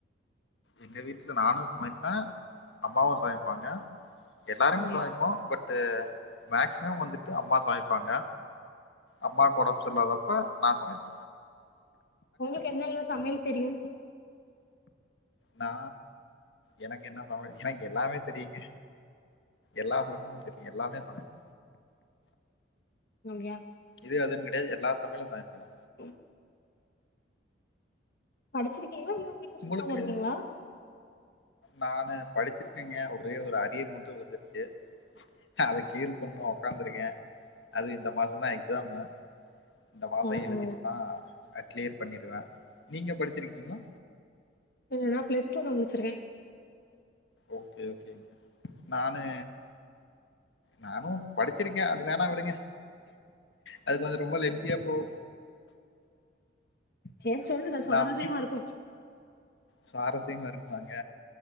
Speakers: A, on the left (about 80°); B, on the left (about 55°).
A: எங்க வீட்ல நானு சமைப்பே அம்மாவு சமைப்பாங்க எல்லாருமே
B: அப்டியா
A: சமைப்போ பட்டு மேக்சிமம் வந்துட்டு அம்மா சமைப்பாங்க அம்மாக்கு ஒடம்பு சரி இல்லாதப்ப நா சமைப்ப
B: உங்களுக்கு என்னெல்லா சமையல் தெரியு
A: நா எனக்கு என்ன <unintelligible> எனக்கு எல்லாமே தெரியுங்க எல்லா <unintelligible> தெரியு எல்லாமே சமைப்
B: ங்கயா
A: இது அதுனு கடையாது எல்லா சமயலு சமைப்பேனா
B: ம் படிச்சிருக்கீங்களா இல்ல வீட்டுல
A: உங்களுக்கு
B: சும்மாதா இருக்கீங்களா
A: நானு படிச்சிருக்கேங்க ஒரே ஒரு அரியர் மட்டு விழுந்துருச்சு அத கிளியர் பண்ணு உக்காந்துருக்கே அதுவு இந்த மாசந்தா எக்ஸாமு இந்த மாசோ
B: ஆ
A: எழுதிட்டுதா
B: ஆ
A: கிளியர் பண்ணிருவே நீங்க படிச்சிருக்கீங்களா
B: இல்ல நா பிளஸ்டூ தா முடிச்சிருக்கே
A: ஓகே ஓகேங்க நானு நானு படிச் த்திருக்கே அது வேணா விடுங்க அது கொஞ்ச ரொம்ப லென்த்தியா போவு
B: சரி சொல்லுங்க சுவாரச்யமா
A: நான் அப்பி
B: இருக்கு
A: சுவாரஸ்யமா இருக்குவாங்க